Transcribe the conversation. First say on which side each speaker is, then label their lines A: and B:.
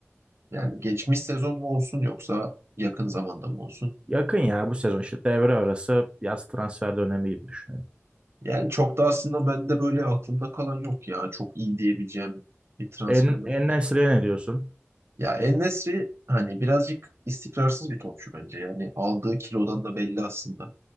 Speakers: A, on the right; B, on the right.
A: yani geçmiş sezon mu olsun yoksa yakın zamanda mı olsun?
B: Yakın ya bu sezon işte devre arası yaz transfer dönemi gibi düşünelim.
A: Yani çok da aslında bende böyle aklımda kalan yok ya. Çok iyi diyebileceğim bir transfer
B: En,
A: yok.
B: En-Nesyri'ye ne diyorsun?
A: Ya En-Nesyri hani birazcık istikrarsız bir topçu bence. Yani aldığı kilodan da belli aslında.